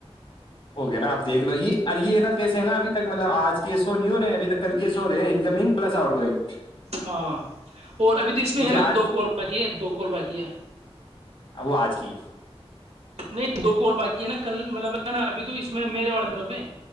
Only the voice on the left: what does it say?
ہو گیا نا آپ دیکھ لو یہ یہ نا پیسے ہیں نا ابھی تک مطلب آج کیسو نہیں ہو رہے ابھی ت کل کیس ہو رہے انکمنگ پلس آؤٹ گوئنگ
کیونکہ
آج
وہ آج کی